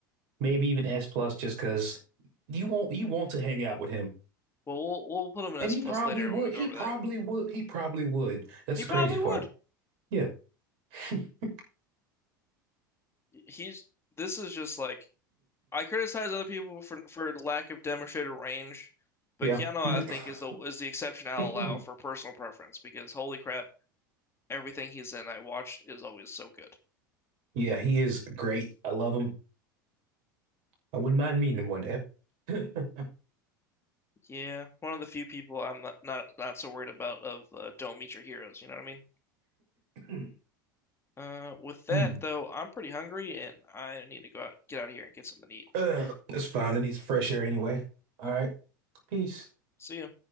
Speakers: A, on the right (about 60°); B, on the left (about 25°).
A: maybe even S plus, just because you want you want to hang out with him,
B: Well, we'll we'll put him an
A: and
B: S
A: he
B: plus
A: probably
B: later
A: would.
B: when we
A: He
B: go over
A: probably
B: that.
A: would. He probably would. That's
B: He
A: the crazy
B: probably
A: part.
B: would.
A: Yeah. <laughs>
B: He's this is just like I criticize other people for for lack of demonstrated range, but
A: Yeah.
B: Keanu I
A: <laughs>
B: think is the is the exception I'll
A: Yeah.
B: allow for personal preference because holy crap, everything he's in I watch is always so good.
A: Yeah. He is great. I love him. I wouldn't mind meeting him one day. <laughs>
B: Yeah, one of the few people I'm not not, not so worried about of uh, don't meet your heroes. You know what I mean?
A: Mm. <clears throat>
B: Uh, with
A: Mm.
B: that though, I'm pretty hungry and I need to go out, get out of here and get something to eat.
A: Ugh, it's fine. It needs fresh air anyway. All right. Peace.
B: See ya.